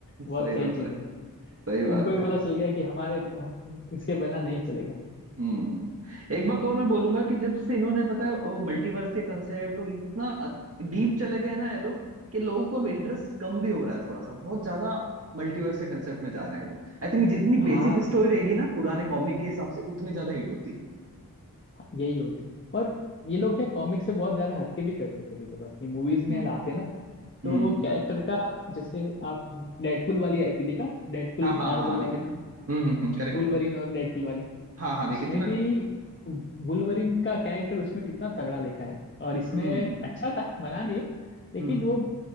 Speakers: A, on the left; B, on the right.
A: बहुत
B: सही
A: सही
B: बात
A: चीज
B: है
A: है
B: सही बात
A: उनको
B: है
A: भी पता चल गया कि हमारे इसके बिना नहीं चलेगा
B: हम्म एक बात और मैं बोलूंगा कि जब से इन्होंने पता है वो मल्टीवर्स के कंसेप्ट और इतना डीप चले गए हैं ना ये लोग कि लोगों को अब इंटरेस्ट कम भी हो रहा है थोड़ा सा बहुत ज्यादा मल्टीवर्स के कंसेप्ट में जा रहे हैं लोग आई थिंक जितनी
A: हाँ
B: बेसिक स्टोरी रहेगी ना पुराने कॉमिक के हिसाब से उतनी ज्यादा हिट होती है
A: यही होती और ये लोग क्या कॉमिक से बहुत ज्यादा हटके भी करते कभी कभार ये मूवीज में
B: हम्म
A: लाते ना
B: हम्म
A: तो कैरेक्टर का जैसे आप डेडपुल वाली आई थी देखा डेडपुल
B: हाँ हाँ
A: मार्वल
B: हाँ देखिए
A: वाली
B: ना हम्म हम्म करेक्ट
A: वुल्वरिन
B: है
A: और डेडपुल वाली
B: हाँ हाँ देखी
A: उसमें
B: थी ना
A: भी वुल्वरिन का कैरेक्टर उसमें कितना तगड़ा देखा है और इसमें
B: हम्म
A: अच्छा था मना नहीं है लेकिन
B: हम्म
A: वो